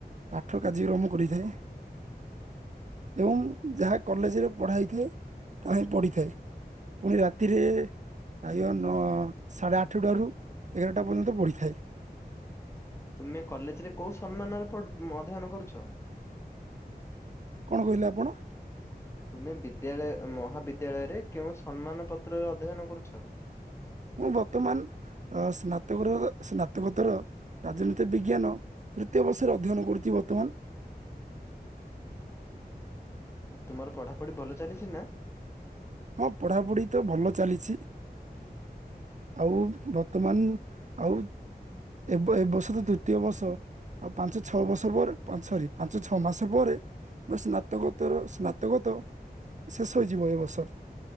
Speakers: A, on the right; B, on the left.
A: ପାଠ କାର୍ଯ୍ୟକ୍ରମ କରିଥାଏ। ଏବଂ ଯାହା କଲେଜରେ ପଢ଼ା ହୋଇଥାଏ ତାହାହିଁ ପଢ଼ିଥାଏ ପୁଣି ରାତିରେ ପ୍ରାୟ ନ ସାଢ଼େ ଆଠଟାରୁ ଏଗାରଟା ପର୍ଯ୍ୟନ୍ତ ବଢ଼ିଥାଏ।
B: ତୁମେ କଲେଜରେ କୋଉ ସମ୍ମାନରେ ପଢ଼ୁ ଅଧ୍ୟୟନ କରୁଛ?
A: କଣ କହିଲେ ଆପଣ?
B: ତୁମେ ବିଦ୍ୟାଳୟ ମହାବିଦ୍ୟାଳୟରେ କେଉଁ ସମ୍ମାନ ପତ୍ରରେ ଅଧ୍ୟୟନ କରୁଛ?
A: ମୁଁ ବର୍ତ୍ତମାନ ଅଁ ସ୍ନାତକ ସ୍ନାତକୋତର ରାଜନୈତିକ ବିଜ୍ଞାନ ତୃତୀୟ ବର୍ଷରେ ଅଧ୍ୟୟନ କରୁଚି ବର୍ତ୍ତମାନ
B: ହୁଁ ହୁଁ। ଆଁ ତୁମର ପଢାପଢି ଭଲ ଚାଲିଚିନା?
A: ହଁ ପଢାପଢିତ ଭଲ ଚାଲିଚି। ଆଉ ବର୍ତ୍ତମାନ ଆଉ ଏବ ବ ଏବର୍ଷତ ଦ୍ୱିତୀୟ ବର୍ଷ ଆଉ ପାଞ୍ଚ ଛଅ ବର୍ଷ ପରେ ସରି ପାଞ୍ଚ ଛଅ ମାସ ପରେ ମୋ ସ୍ନାତକୋତର ସ୍ନାତକୋତ ଶେଷ ହେଇଯିବ ଏବର୍ଷ।